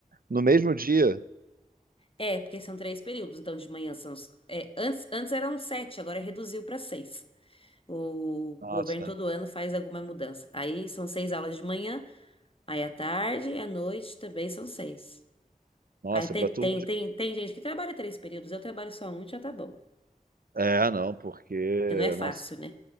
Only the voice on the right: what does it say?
No mesmo dia,
nossa,
nossa,
para turma
de...
É, não, porque,
não,